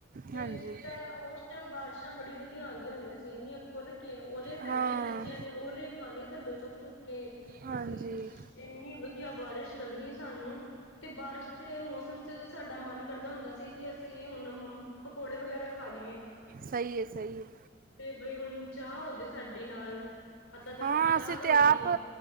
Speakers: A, on the left (about 85°); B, on the right (about 45°).
A: ਤੇ
B: ਹਾਂਜੀ
A: ਉਸ ਟਾਈਮ ਬਾਰਿਸ਼ਾਂ ਬੜੀ ਵਧੀਆ ਆਉਦੀਆਂ ਹੁੰਦੀਆਂ ਸੀ ਇਹਨੀਆਂ ਖੁੱਲ ਕੇ ਓਲੇ
B: ਹਾਂ
A: ਪੈਣੇ ਬੱਚਿਆਂ ਨੇ ਓਲੇ ਖਾਣੇ ਥੱਲੋਂ ਚੁੱਕ ਚੁੱਕ ਕੇ
B: ਹਾਂਜੀ
A: ਅਸੀਂ ਇੰਨੀ ਵਧੀਆ ਬਾਰਿਸ਼ ਲੱਗਣੀ ਸਾਨੂੰ ਤੇ ਬਾਰਿਸ਼ ਦੇ ਮੌਸਮ ਚ ਸਾਡਾ ਮਨ ਕਰਦਾ ਹੁੰਦਾ ਸੀ ਕਿ ਅਸੀਂ ਹੁਣ ਮੰਮ ਪਕੌੜੇ ਵਗੈਰਾ ਖਾ ਲਈਏ
B: ਸਹੀ ਹੈ ਸਹੀ ਹੈ
A: ਤੇ ਬਈ ਹੁਣ ਚਾਹ ਹੋ ਜੇ ਸਾਡੇ ਨਾਲ ਅੱਧਾ-ਅੱਧਾ
B: ਹਾਂ
A: ਕੱਪ ਚਾਹ
B: ਅਸੀਂ
A: ਦਾ
B: ਤੇ
A: ਹੋ
B: ਆਪ
A: ਜੇ